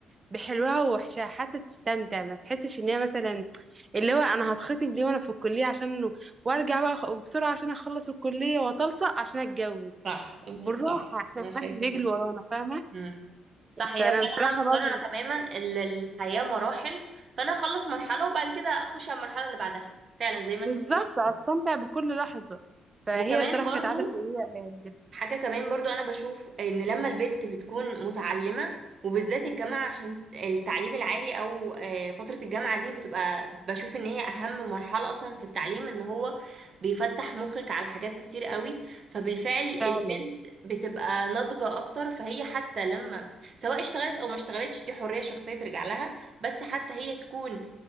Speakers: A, on the right; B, on the right.
A: بحلوها ووحشها حتى تستمتع ما تحسش إن هي مثلا اللي هو أنا هتخطب ليه وأنا في الكلية عشان وأرجع بقى أخ- بسرعة عشان أخلص الكلية وأتلصق عشان أتجوز
B: صح انتي
A: بالراحة
B: صح
A: احنا
B: انا
A: محدش
B: شايفة
A: بيجري
B: كده
A: ورانا فاهمة
B: مم. صح
A: فأنا
B: هي فعلا
A: بصراحة
B: انا مقتنعة
A: برضه
B: تماما ان الحياة مراحل فانا اخلص مرحلة وبعد كده اخش على المرحلة اللي بعدها فعلا زي ما
A: بالظبط
B: انتي بتقولي
A: أستمتع بكل لحظة فهي
B: وكمان
A: صراحة
B: برضو
A: كانت عادة سيئة آه، جدا
B: حاجة كمان برضو أنا بشوف إن لما البنت بتكون متعلمة وبالذات الجامعة عشان التعليم العالي أو آه، فترة الجامعة دي بتبقى بشوف إن هي أهم مرحلة أصلا في التعليم إن هو بيفتح مخك على حاجات كتير قوي فبالفعل البنت
A: فعلا
B: بتبقى ناضجة أكتر فهي حتى لما سواء اشتغلت أو ما اشتغلتش دي حرية شخصية ترجع لها بس حتى هي تكون